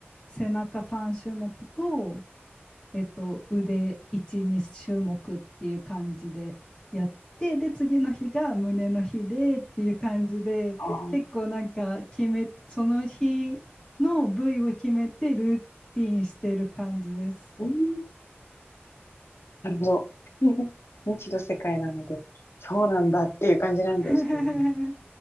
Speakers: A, on the left; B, on the left.
A: 背中3種目とえっと、腕1、2種目っていう感じでやって、で、次の日が胸の日でっていう感じで、
B: ああ
A: 結構なんか決め、その日の部位を決めてルーティンしてる感じです。
B: うん。なるほど。<laughs> 未知の世界なので、そうなんだっていう感じなんですけれども。
A: <laughs>